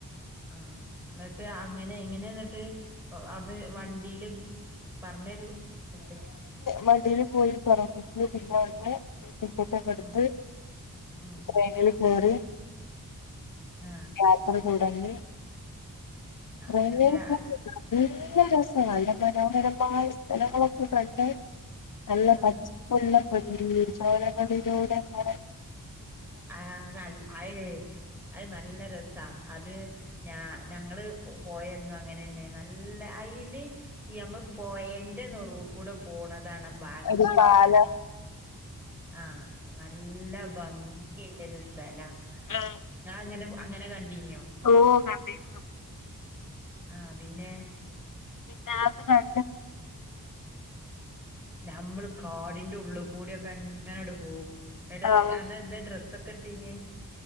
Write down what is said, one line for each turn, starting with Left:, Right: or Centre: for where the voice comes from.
Centre: ആ എന്നിട്ട് അങ്ങനെ എങ്ങനെ എന്നിട്ട് അവിടുന്ന് വണ്ടിയില് പറഞ്ഞരു എത്തക്ക്
Left: വണ്ടിൽ പോയി <unintelligible> പിന്നെ അന്നെ ടിക്കറ്റൊക്കെ എടുത്ത്
Centre: ഉം ഉം
Left: ട്രേനിൽ കേറി
Centre: ആ
Left: യാത്ര തുടങ്ങി
Centre: ആഹ്
Left: <unintelligible>
Centre: എന്നിട്ട്
Left: നല്ല രസാ നല്ല മനോഹരമായ സ്ഥലങ്ങളൊക്കെ കണ്ട് നല്ല
Centre: ആഹ്
Left: പച്ച പ്പുള്ള പന <unintelligible> ചോലകളിലൂടെ എന്താണ്
Centre: ആ നല്ല അയിരേ അ നല്ല രസാ അത് ഞ ഞങ്ങള് പോ പോയന്നു അങ്ങനെന്നെ നല്ല അയില് എമ്മ പോയന്റെ നെറുകൂടെ പോണതാണ് ഭാങ്-
Left: ഒരു പാലം
Centre: ആ നല്ല ഭംഗിയല്ലരു സ്ഥലാ
Left: ആ
Centre: ഞ അങ്ങനെ അങ്ങനെ കണ്ടീന്യോ
Left: ഓ കണ്ടിന്നു
Centre: ആ പിന്നെ
Left: പിന്നെ ആ <unintelligible>
Centre: നമ്മൾ കാടിന്റെ ഉള്ളി കൂടിയൊക്കെ അങ്ങനൊട് പോവും എടെ
Left: ആഹ്
Centre: അന്ന് എന്താ ഡ്രസ്സൊക്കെ ട്ടിനെ